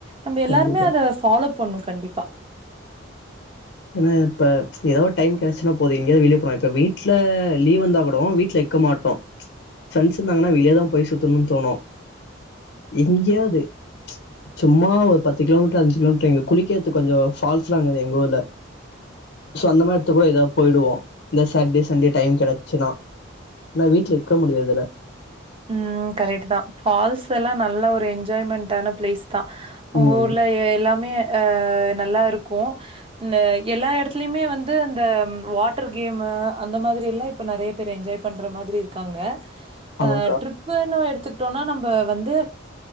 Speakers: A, on the right (about 25°); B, on the left (about 60°).
A: நம்ம எல்லாருமே
B: கண்டிப்பா
A: அத ஃபாலோ பண்ணு கண்டிப்பா
B: ஏனா இப்ப எதாவ் ஒரு டைம் கெடச்சுன்னா போது எங்கயாது வெளியே போலா இப்ப வீட்ல லீவ் வந்தா கூடோ வீட்ல இருக்க மாட்டோ ஃப்ரண்ட்ஸ் இருந்தாங்கன்னா வெளியேதா போய் சுத்தணுனு தோணு எங்கயாவது சும்மா ஒரு பத்து கிலோமீட்டர் அஞ்சு கிலோமீட்டர் எங்க குளிக்கறதுக்கு கொஞ்சொ ஃபால்ஸ்ல்லாங்குது எங்கூர்ல சோ அந்த மாரி எடத்து கூட எதா போயிடுவோ இந்த சாட்டர்டே சண்டே டைம் கெடச்சுன்னா நா வீட்ல இருக்க முடியாதுல
A: ம் கரெக்ட்தா ஃபால்ஸ்ஸெல்லா நல்ல ஒரு என்ஜாய்மெண்டான பிளேஸ் தா ஒங்க
B: ம்
A: ஊர்ல எ எல்லாமே அ நல்லா இருக்கு ந்த எல்லா எடத்துலயுமே வந்து அந்த ம் வாட்டர் கேம் அ அந்த மாதிரில்லா இப்ப நெறைய பேர் என்ஜாய் பண்ற மாதிரி இருக்காங்க அ
B: ஆமாக்கா
A: ட்ரிப்புன்னு எடுத்துக்கிட்டோனா நம்ப வந்து